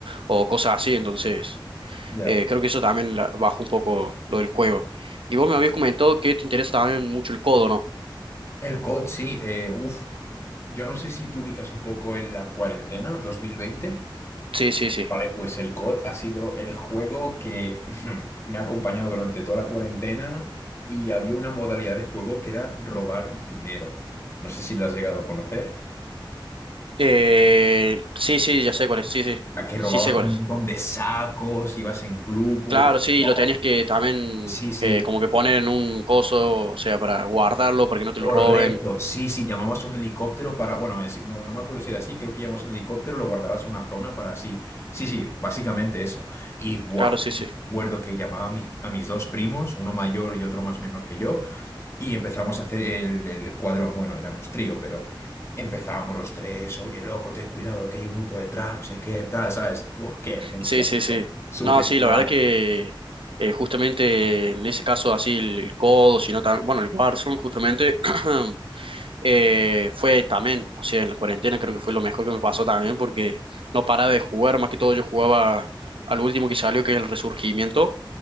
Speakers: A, on the right; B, on the left.
A: o cosas así, entonces
B: Ya.
A: eh, creo que eso también la- bajó un poco lo del juego. Y vos me habías comentado que te interesa también mucho el codo, ¿no?
B: El COD, sí, eh, uf. Yo no sé si te ubicas un poco en la cuarentena dos mil veinte,
A: Sí, sí, sí.
B: Vale, pues el COD ha sido el juego que <laughs> me ha acompañado durante toda la cuarentena y había una modalidad de juego que era robar dinero. No sé si lo has llegado a conocer.
A: Eh, sí, sí, ya sé cuál es, sí, sí,
B: A que
A: sí
B: robabas
A: sé cuál
B: un
A: es.
B: montón de sacos, ibas en grupo.
A: Claro, sí,
B: Oh,
A: lo tenías que también
B: Sí, sí.
A: eh, como que poner en un coso, o sea, para guardarlo, para que no te
B: Correcto,
A: lo roben.
B: sí, sí, llamabas a un helicóptero para, bueno, es- no, no me acuerdo si era así, creo que llamabas a un helicóptero, lo guardabas en una zona para así, sí, sí, básicamente eso. Y, buah,
A: Claro, sí, sí.
B: recuerdo que llamaba a, mi- a mis dos primos, uno mayor y otro más menor que yo, y empezamos a hacer el, el cuadro, bueno, éramos trío, pero empezábamos los tres, oye, loco, ten cuidado, que hay un grupo detrás, no sé qué, tal, ¿sabes? Uf, qué bestia,
A: Sí, sí,
B: loco.
A: sí.
B: súper
A: No, sí,
B: guay
A: la verdad que eh, justamente en ese caso así el codo, sino también, bueno, el Warzone justamente <clears throat> eh, fue también, o sea, en la cuarentena creo que fue lo mejor que me pasó también porque no paraba de jugar, más que todo yo jugaba al último que salió, que es el Resurgimiento.